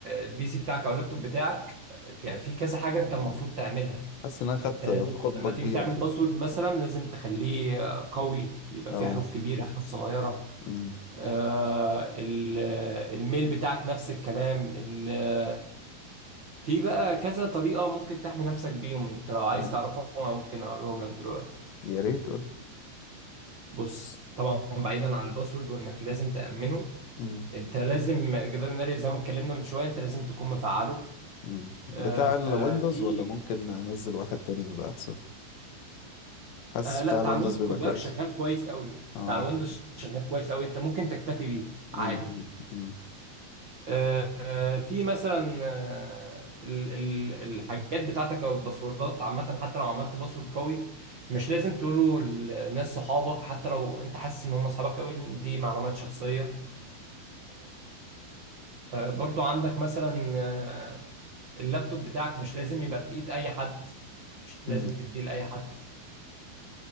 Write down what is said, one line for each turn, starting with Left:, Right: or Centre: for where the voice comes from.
Right: البي سي بتاعك او اللابتوب بتاعك في يعني في كذا حاجة انت
Left: م-
Right: المفروض تعملها
Left: حاسس ان انا خدت
Right: انت لازم
Left: خطبة
Right: لما
Left: كبيرة
Right: تيجي تعمل
Left: في
Right: باسورد مثلا لازم تخليه قوي يبقى
Left: اه
Right: فيه حروف كبيرة حروف صغيرة
Left: امم
Right: آه، ال- الميل بتاعك نفس الكلام ال- في بقى كذا طريقة ممكن تحمي نفسك بيهم انت لو عايز
Left: امم
Right: تعرفهم أنا ممكن اقولهم لك دلوقتي
Left: يا ريت قولي
Right: بص طبعا بعيدا عن الباسورد وانك لازم تأمنه
Left: امم
Right: انت لازم جدار الناري زي ما اتكلمنا من شويه انت لازم تكون مفعله
Left: امم بتاع
Right: آه،
Left: الويندوز
Right: آه، في
Left: ولا ممكن انزل واحد تاني بيبقى احسن حاسس
Right: آه،
Left: بتاع
Right: لا بتاع
Left: الويندوز
Right: الويندوز
Left: بيبقى
Right: خد
Left: كويس
Right: بالك شغال كويس قوي
Left: اه
Right: بتاع الويندوز شغال كويس قوي انت ممكن تكتفي بيه عادي
Left: امم امم امم
Right: آه، آه، في مثلا آه، ال- ال- الحاجات بتاعتك او الباسوردات عامه حتى لو عملت باسورد قوي مش لازم تقوله لناس صحابك حتى لو انت حاسس ان هم اصحابك قوي دي معلومات شخصيه آه، برضو عندك مثلا آه، اللابتوب بتاعك مش لازم يبقى في ايد اي حد مش لازم
Left: امم
Right: تديه لاي حد